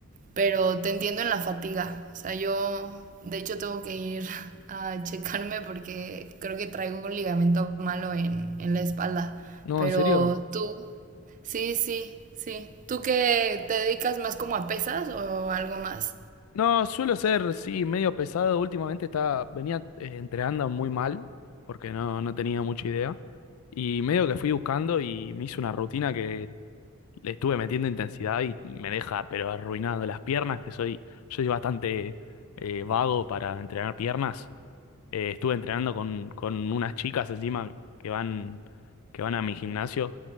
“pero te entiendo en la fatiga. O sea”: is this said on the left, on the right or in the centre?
Right